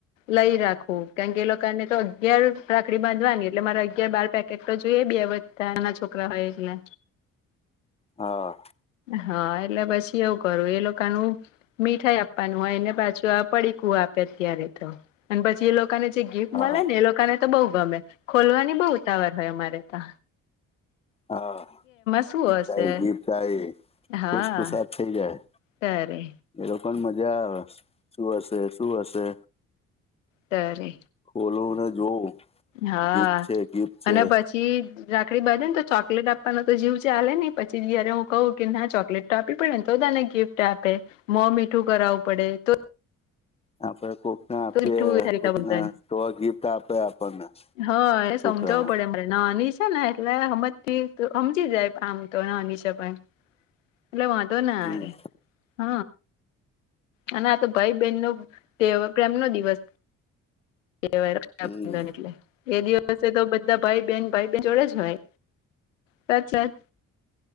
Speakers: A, on the left (about 85°); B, on the left (about 15°).
A: લઈ રાખવું કારણ કે એ લોકોને તો અત્યારે જ રાખડી બાંધવાની એટલે મારે અગિયાર બાર પેકેટ તો જોઈએ બે બધાના છોકરા હોય એટલે
B: હા
A: હા, એટલે પછી એવું કરું એ લોકાનું મીઠાઈ આપવાનું હોય એને પાછું આ પડીકું આપે અત્યારે તો અને પછી એ લોકોને જે ગીફ્ટ
B: હા
A: મળે ને એ લોકોને તો બહુ ગમે ખોલવાની બહ ઉતાવર હોય અમારે તો
B: હા,
A: શું
B: ગીફ્ટ
A: હશે
B: આઈ ગીફ્ટઆઈ
A: હા
B: ખુશખુસાદ થઇ જાય.
A: ત્યારે
B: એ લોકોને મજા આવે શું હશે શું હશે
A: તારે
B: બોલું અને જોવું
A: હા,
B: ગિફ્ટ છે ગિફ્ટ છે
A: અને પછી આખડી બાજેને તો ચોકલેટ આપવાનો તો જીવ ચાલે ને પછી જયારે હું કહું કે ના ચોકલેટ તો આપી પડેને તો <unintelligible> ગિફ્ટ આપે મો મીઠું કરાવું પડે તો
B: આપડે કોકને આપીએ
A: મીઠું
B: કોકને તો ગિફ્ટ આપે આપણને
A: હ, એ
B: છોકરાઓ
A: સમજાવું પડે એમને નાની જ ને એટલે હમજતી સમજી જાય આમ તો નાની છે પણ એટલે વાંધો ના
B: હમ
A: આવે હ અને આ તો ભાઈ બહેન નો તે પ્રેમ નો દિવસ કેવાય રક્ષાબંધન
B: હમ
A: એટલે એ દિવ સે તો બધા ભાઈ બહેન ભાઈ બેન જોડે જ હોય સાથ સાથ